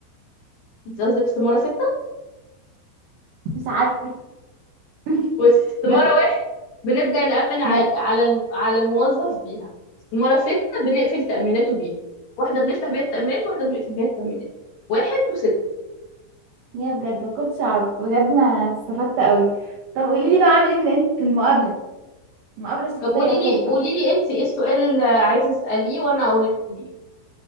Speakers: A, on the left (about 60°); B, on the right (about 90°).
A: انت قصدك استمارة ستة
B: مش عارفه <laughs>
A: بص استمارة
B: بس
A: واحد بنبدأ نأمن ع-
B: ماشي
A: على الم- على الموظف بيها استمارة ستة بنقفل تأميناته بيها واحدة بنفتح بيها التأمينات واحدة بنقفل بيها التأمينات واحد وستة
B: هي بجد ما كنتش اعرف بجد انا استفدت قوي طب قولي لي بقى اعمل ايه في الإن- في المقابله المقابله الشخصيه
A: طب قولي
B: وكده
A: لي قولي لي انت ايه السؤال اللي عايزة اسأليه وانا اقول لك قوليه